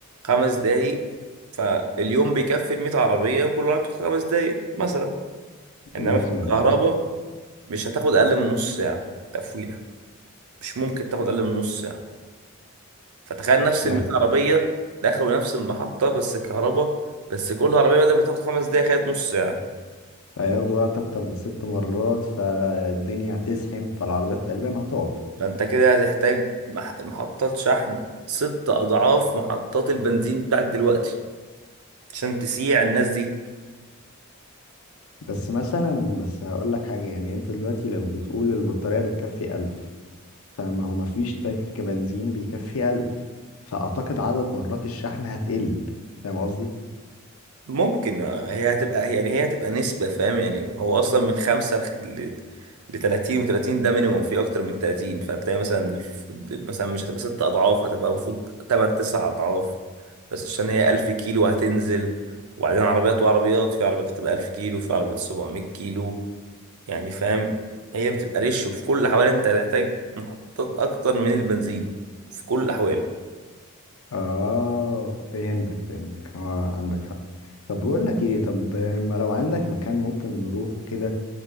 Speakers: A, on the right; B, on the left.
A: خمس دقايق فاليوم بيكفي ال 100 عربية وكل عربية بتاخد خمس دقايق مثلا إنما
B: مثلا
A: في الكهرباء
B: اه
A: مش هتاخد أقل من نص ساعة تفويلة مش ممكن تاخد اقل من نص ساعه فتخيل نفس ال
B: مه-
A: 100 عربيه دخلوا نفس المحطه بس الكهرباء بس كل عربيه بدل ما تاخد خمس دقايق خدت نص ساعه
B: هياخدوا وقت اكتر بست مرات فالدنيا هتزحم فالعربيات تقريبا هتقف
A: فانت كده هتحتاج مح- محطات شحن ست اضعاف محطات البنزين بتاعت دلوقتي عشان تسيع الناس دي
B: بس مثلا بس هقول لك حاجة يعني انت دلوقتي لو بتقول البطارية بتكفي ألف فما هو مفيش تانك بنزين بيكفي ألف فأعتقد عدد مرات الشحن هتقل فاهم قصدي؟
A: ممكن هي هتبقى يعني هي هتبقى نسبة فاهم يعني هو أصلا من خمسة لخ- ل ل 30 و 30 ده مينيموم في أكتر من 30 فهتلاقي مثلا الف- مثلا مش هتبقى ست أضعاف هتبقى المفروض تمن تسع أضعاف بس عشان هي 1000 كيلو هتنزل وبعدين عربيات وعربيات في عربيات بتبقى 1000 كيلو في عربيات 700 كيلو يعني فاهم هي بتبقى ريش وفي كل الأحوال أنت هتحتاج محطات أكتر من البنزين في كل الأحوال
B: اه فهمتك فهمتك اه عندك حق طب بقول لك ايه طب ما لو عندك مكان ممكن نروحه كده